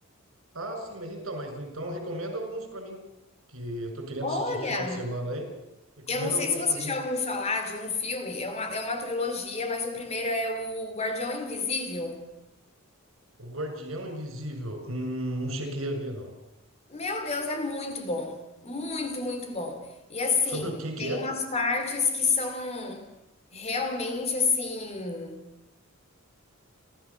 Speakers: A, on the right; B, on the left.
A: Ah, sim, mas então, mas então recomenda alguns pra mim, que eu tô querendo
B: Olha,
A: assistir final de semana aí. Recomenda
B: eu não sei
A: alguns
B: se você
A: pra mim.
B: já ouviu falar de um filme, é uma é uma trilogia, mas o primeiro é o Guardião Invisível.
A: O Guardião Invisível, hum, não cheguei a ver não.
B: Meu Deus, é muito bom. Muito, muito bom. E assim,
A: Sobre o que que
B: tem
A: é?
B: umas partes que são realmente assim,